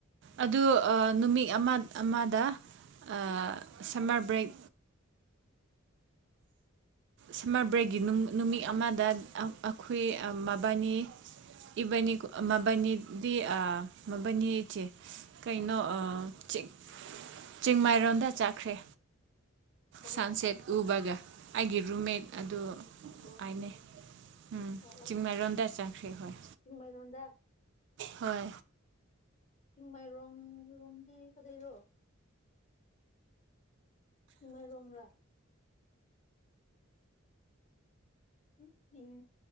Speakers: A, on the right (about 55°); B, on the left (about 35°).
A: ꯑꯗꯨ ꯑ ꯅꯨꯃꯤꯠ ꯑꯃ ꯑꯃꯗ ꯑ ꯁꯝꯃꯔ ꯕ꯭ꯔꯦꯛ ꯁꯝꯃꯔ ꯕ꯭ꯔꯦꯛꯒꯤ ꯅꯨꯃꯤ ꯅꯨꯃꯤꯠ ꯑꯃꯗꯪ ꯑ ꯑꯩꯈꯣꯏ ꯃꯕꯅꯤ ꯏꯕꯅꯤ ꯃꯕꯅꯤꯗꯤ ꯑ ꯃꯕꯅꯤ ꯆꯦ ꯀꯩꯅꯣ ꯑ ꯆꯤꯛ ꯆꯤꯡꯃꯥꯏꯔꯣꯝꯗ ꯆꯈ꯭ꯔꯦ
B: ꯀꯅꯥ
A: ꯁꯟꯁꯦꯠ ꯎꯕꯒ ꯑꯩꯒꯤ ꯔꯨꯝꯃꯦꯠ ꯑꯗꯨ
B: ꯑꯣ
A: ꯑꯥꯏꯅꯩ ꯎꯝ
B: ꯑꯣ ꯑꯣ
A: ꯆꯤꯡꯃꯥꯏꯔꯣꯝꯗ ꯆꯠꯈ꯭ꯔꯦ ꯍꯣꯏ
B: ꯆꯤꯡꯃꯩꯔꯣꯡꯗ
A: ꯍꯣꯏ
B: ꯆꯤꯡ ꯃꯥꯏ ꯔꯣꯡ ꯂꯣꯝꯗꯤ ꯀꯗꯩꯔꯣ ꯆꯤꯡꯃꯥꯏ ꯔꯣꯝꯔꯥ ꯎ ꯎꯝ